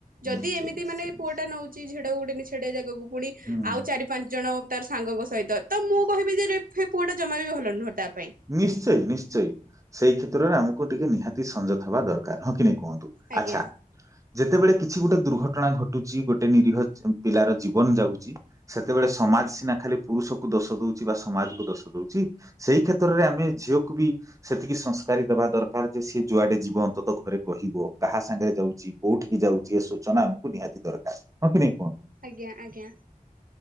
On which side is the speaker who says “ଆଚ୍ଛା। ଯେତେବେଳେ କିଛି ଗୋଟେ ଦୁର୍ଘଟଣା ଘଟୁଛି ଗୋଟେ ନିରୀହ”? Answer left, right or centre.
Right